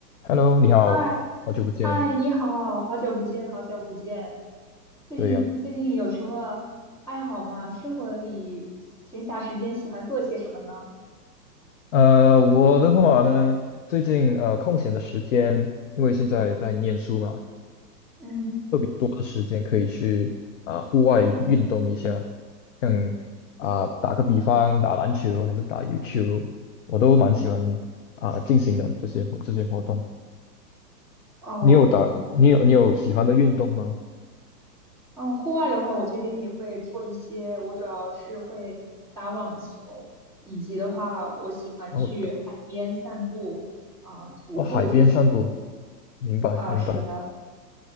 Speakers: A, on the left (about 50°); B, in the centre.
A: Hello，你好，
B: 嗨
A: 好久不见。
B: 嗨，你好，好久不见，好久不见。最近最近有什么爱好吗？
A: 对呀，
B: 生活里闲暇时间喜欢做些什么呢？
A: 呃，我的话呢，最近呃空闲的时间，因为现在在念书嘛，
B: 嗯，
A: 多的时间可以去啊、户外运动一下，像啊、打个比方，打篮球还是打羽球，我都蛮喜欢啊、进行的这些这些活动。
B: 哦，
A: 你有打你有你有喜欢的运动吗？
B: 嗯，户外的话，我这边也会做一些，我主要是会打网球，以及的话，我喜欢去海边散步，
A: 哦，打
B: 啊、徒步这些。
A: 哦海边散步，明白明白。
B: 啊、是的，